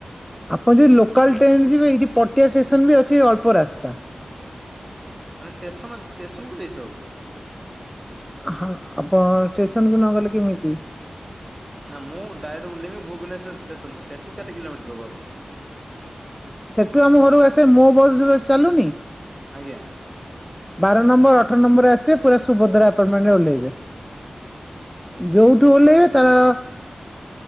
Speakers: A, in the centre; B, on the right (about 25°).
A: ଆପଣ ଯଦି ଲୋକାଲ୍ ଟ୍ରେନରେ ଯିବେ ଏଇଠି ପଟିଆ ଷ୍ଟେସନ ବି ଅଛି ଅଳ୍ପ ରାସ୍ତା।
B: ମାନେ ଟେସନ ଟେସନକୁ ଯାଇଛ ଆଉ!
A: ହଁ, ଆପଣ ଟେସନକୁ ନଗଲେ କେମିତି
B: ନା ମୁଁ ଡାଇରେକ୍ଟ ଉଲେହେଇମି ଭୁବନେଶ୍ୱର ଟେସନରୁ ସେଠୁ କେତେ କିଲୋମିଟର ହବ?
A: ସେଠୁ ଆମ ଘରକୁ ଆସେ ମୋ ବସ ଯୋଉ ଚାଲୁନି
B: ଆଜ୍ଞା
A: ବାର ନମ୍ବର, ଅଠର ନମ୍ବରରେ ଆସିବେ ପୁରା ସୁଭଦ୍ରା ଆପଟମେଣ୍ଟରେ ଓଲ୍ହେଇବେ।
B: ଅଡିଓ ର କୌଣସି ଶବ୍ଦ ନାହିଁ।
A: ଯୋଉଠୁ ଓଲ୍ହେଇବେ ତାର